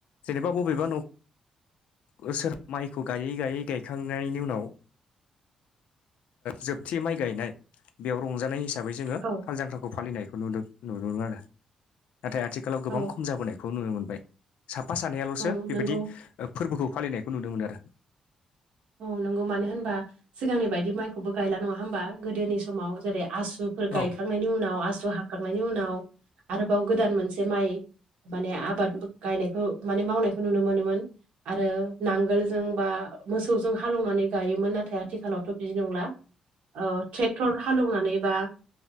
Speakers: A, on the left (about 75°); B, on the right (about 75°).
A: जेनेबा बबेबा न' सोर माइखौ गायै गायै गायखांनायनि उनाव जोबथि माइ गायनाय बेयाव रंजानाय हिसाबै हिसाबै जोङो
B: औ
A: हाल जांख्राखौ फानायखौ नुदों नुनो मोन आरो नाथाय आथिखालाव
B: औ
A: गोबां खम जाबोनायखौ खौ नुनो मोनबाय साफा सानैयाल'सो
B: औ
A: बेबायदि
B: नंगौ
A: ओ फोरबोखौ फालिनायखौ नुनो मोनो आरो
B: औ नंगौ मानो होनबा सिगांनि बायदि माइखौबो गायला नङा होमबा गोदोनि समाव जेरै आसुफोर गायखां
A: औ
B: खांनायनि उनाव आसु हाखांनायनि उनाव आरोबाव गोदान मोनसे माइ माने आबाद गायनायखौ माने मावनायखौ नुनो मोनोमोन आरो नांगोलजों बा मोसौजों हालौनानै गायोमोन नाथाय आथिखालावथ' बिदिनो जोंला ओ ट्रेक्टर हालेवनानै बा